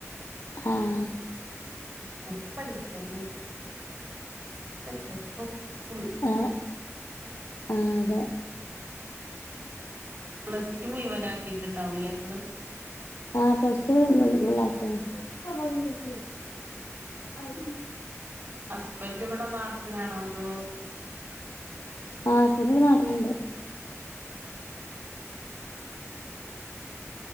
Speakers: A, on the left (about 80°); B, on the right (about 45°).
A: ആഹ്
B: അങ്ങനെക്കെ പടിക്കണ് ആ പ്പോ ഉൾ
A: ആഹ് ആ അതെ
B: ആ പ്ലസ്ടു മുഴവനാക്കിട്ട്ണ്ടാകും ലെ ഇങ്ങള്
A: ആ പ്ലസ്ടു വു വുള്ളാക്കിണ് ഇപ്പ <unintelligible> അ <unintelligible>
B: ഹസ്ബൻഡ് ഇവിടെ നാട്ടിലാണോ അതോ
A: ആ ഹസ്ബൻഡ് ഇവിടെ നാട്ടിലുണ്ട്
B: <unintelligible>